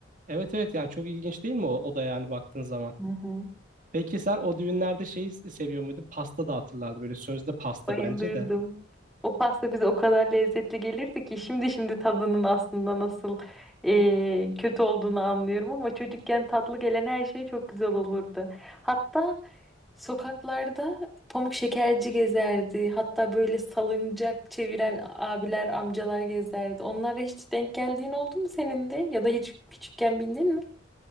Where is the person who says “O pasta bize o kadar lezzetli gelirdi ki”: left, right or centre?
Centre